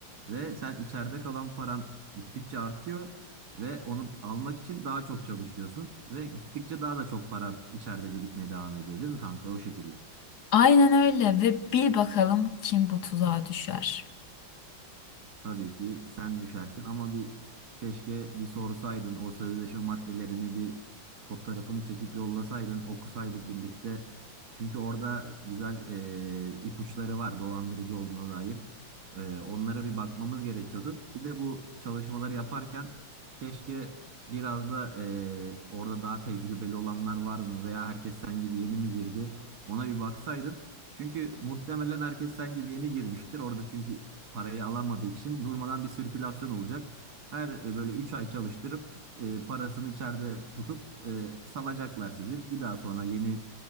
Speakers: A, on the right; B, on the left.
A: Ve sen içeride kalan paran gittikçe artıyor ve onu almak için daha çok çalışıyorsun ve gittikçe daha da çok para içeride birikmeye devam ediyor, değil mi kanka? O şekilde.
B: Aynen öyle ve bil bakalım kim bu tuzağa düşer.
A: Tabii ki sen düşersin ama bir keşke bir sorsaydın o sözleşme maddelerini bir fotoğrafını çekip yollasaydın okusaydık birlikte. Çünkü orada güzel e, ipuçları var dolandırıcı olduğuna dair. E, onlara bir bakmamız gerekiyordu. Bir de bu çalışmaları yaparken keşke biraz da e, orada daha tecrübeli olanlar var mı veya herkes sen gibi yeni mi girdi ona bir baksaydın. Çünkü muhtemelen herkes sen gibi yeni girmiştir. Orada çünkü parayı alamadığı için durmadan bir sirkülasyon olacak. Her e, böyle 3 ay çalıştırıp e, parasını içeride tutup e, salacaklar sizi. Bir daha sonra yeni